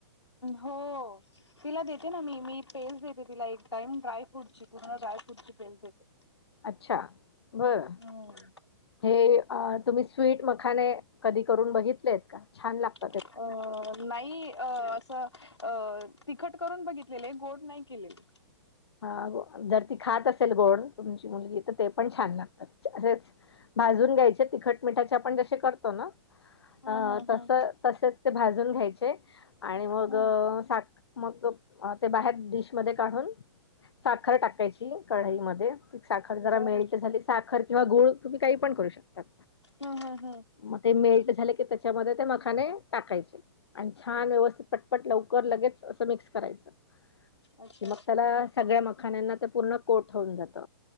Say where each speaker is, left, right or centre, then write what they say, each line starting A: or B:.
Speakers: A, on the left; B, on the left.
A: हो तिला देते ना मी मी पेस् देते तिला एक टाइम ड्रय फ्रूटची पुन्हा
B: अच्छा
A: ड्रय फ्रूटची पेज देते
B: अच्छा बरं
A: हम्म
B: हे तुम्ही ट्विट मखाने कधी करून बघितलेत का छान लागत
A: अ नाहीई अ असं अ तिखट करून बघितलेलं आहे गोड नाही केलेले
B: ह जर ती खात असेल गोड तुमची मुलगी तर ते पण छान लागतात असेच भाजून घ्यायचे तिखट मिठाचे आपण जसे करतो ना
A: हम्म
B: अ
A: हम्म
B: तस
A: हम्म
B: तसेच ते भाजून घ्यायचे आणि मग
A: हम्म
B: साक मग ते बाहेर डिशमध्येध्ये काढून साखर टाकायची कढईमध्ये साखर जरा
A: बरं
B: मिळेल तर झा साखर किंवा गुळ तुम्ही काही पण करू शकताात
A: हम्म हम्म हम्म
B: मग ते मेल्ट झाले की त्याच्यामध्ये ते मकाने टाकायचे आणि छान व्यवस्थित पटपट लवकर लगेच असं मिक्स करायचं
A: अच्छा
B: कि मग
A: अच्छा.
B: त्याला सगळ्या मखान पूर्ण को होन जात